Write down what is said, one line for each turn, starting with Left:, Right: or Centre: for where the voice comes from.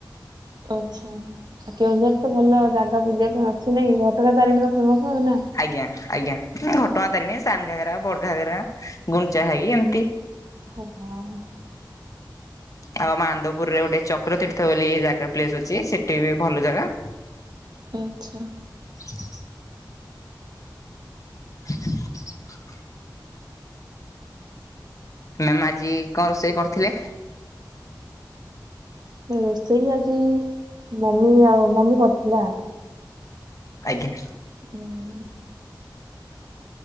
Right: ଆଚ୍ଛା କେଉଁଝର ତ ଭଲ ଜାଗା ବୁଲିବା ପାଇଁ ଆସିନାକି ଘଟଗାଁ ତାରିଣୀ ମୁଁ ସାନାନା
Left: ଆଜ୍ଞା ଆଜ୍ଞା ଘଟଗାଁ ତାରିଣୀ ସାନ ଘାଗରା ବଡ଼ ଘାଗରା ଗୁଣ୍ଡିଛା ଘାଇ ଏମିତି
Right: ହଁ
Left: ଆଉ ମାନ୍ଦୁପୁରରେ ଗୋଟେ ଚକ୍ର ତୀର୍ଥ ବୋଲି ଜାଗା ପ୍ଲେସ୍ ଅଛି ସେଠି ବି ଭଲ ଜାଗା ହଁ
Right: ଆଚ୍ଛା
Left: ଛୁ ଛୁ <inaudible> ମାମା ଆଜି କଣ ରୋଷେଇ କରିଥିଲେ
Right: ରୋଷେଇ ଆଜି ମମି ଆଉ ମମି କରିଥିଲା
Left: ଆଜ୍ଞା
Right: ହୁଁ